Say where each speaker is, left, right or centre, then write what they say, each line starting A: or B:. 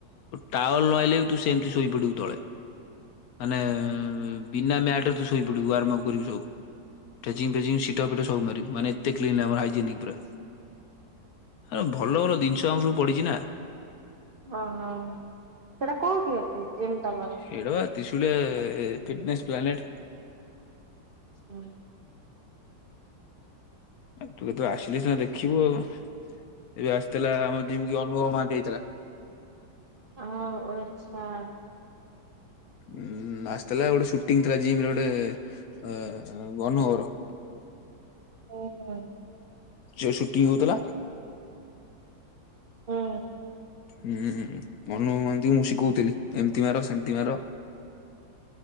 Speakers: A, on the left; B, on the right.
A: ଟାୱଲ ନ ଆଇଲେ ବି ତୁ ସେମିତି ଶୋଇପଡିବୁ ତଳେ । ମାନେ ବିନା ମ୍ୟାଟ୍ ରେ ତୁ ଶୋଇ ପଡିବୁ ୱାର୍ମପ କରିବୁ ସବୁ। ଟେଜିଙ୍ଗି ଫେଜିଙ୍ଗି ସିଟପ୍ ଫିଟପ୍ ସବୁ ମାରିବୁ ମାନେ ଏତେ କ୍ଲିନି ଆମର ହାଇଜେନିକି ପୁରା। ଏ ଭଲ ଭଲ ଜିନିଷ ଆମ ସବୁ ପଡିଚି ନା।
B: ଓହୋ ସେଟା କୋଉଟି ଅଛି? ଜିମ୍ ତମର?
A: ସେଇଟା ବା ତ୍ରିଶୁଳିଆ ଫିଟିନେସ୍ ପ୍ଲାନେଟେ।
B: ହୁଁ।
A: କେବେ ତୁ ଆସିଲେ ସିନା ଦେଖିବୁ ଆଉ। ଏବେ ଆସିଥିଲା ଆମ ଜିମ୍ କି ଅନୁଭବ ମହାନ୍ତି ଆଇଥିଲା।
B: ହଁ ଓ ଆଚ୍ଛା।
A: ଉଁ ଆସିଥିଲା ଗୋଟେ ସୁଟିଙ୍ଗି ଥିଲା ଜିମ୍ ଗୋଟେ ଅ-ଅନୁଭବ ର।
B: ଓହୋ।
A: ଯୋଉ ସୁଟିଙ୍ଗି ହଉତୁଲା।
B: ହୁଁ।
A: ହୁଁ ଅନୁଭବ ମହାନ୍ତିଙ୍କୁ ମୁଁ ଶିକଉଥିଲି ଏମିତି ମାର ସେମିତି ମାର।